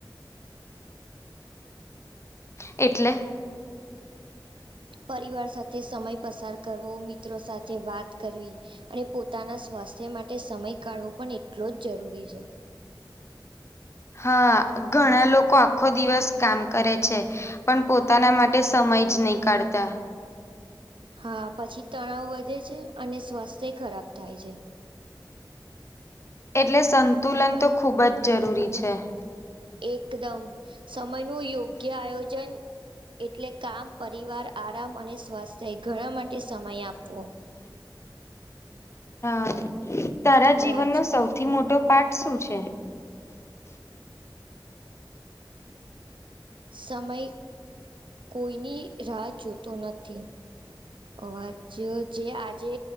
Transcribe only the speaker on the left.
એટલે
હા ઘણા લોકો આખો દિવસ કામ કરે છે. પણ પોતાના માટે સમય જ નહી કાઢતા
એટલે સંતુલન તો ખુબ જ જરૂરી છે.
હા તારા
જીવનનોો સૌથી મોટો પાઠ શું છે.